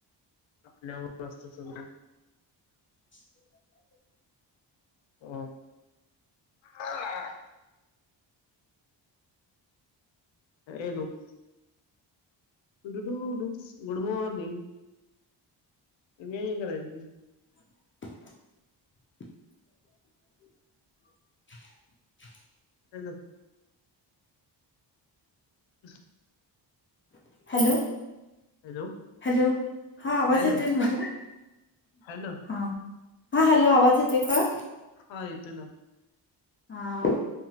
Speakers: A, on the left; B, on the left.
A: आपल्यावर असत सगळं
B: <unintelligible>
A: ह अ.. हाय हे धूप तुटू डू डू गुड मॉर्निंग तू नाय करायच ते.
B: <inaudible> <inaudible>
A: हॅलो हम्म
B: हॅलो
A: हॅलो
B: हॅलो हा आवाज
A: हॅलो
B: येतोय माझा
A: हॅलो हॅलो
B: हा हा हॅलो आवाज येतोय का?
A: हा येतोय ना
B: हा